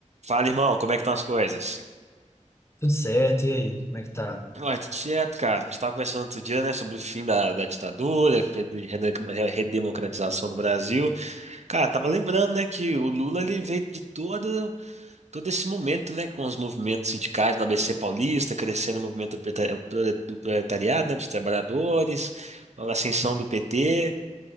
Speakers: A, on the right; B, on the left.
A: Fala, irmão, como é que estão as coisas?
B: Tudo certo, e aí, como é que tá?
A: Ué, tudo certo, cara. A gente estava conversando outro dia, né, sobre o fim da, da ditadura, de rede- redemocratização do Brasil. Cara, tava lembrando, né, que o Lula ele veio de todo, todo esse momento, né, com os movimentos sindicais no ABC Paulista, crescendo o movimento do preta- do proletariado, né, dos trabalhadores, a ascensão do PT.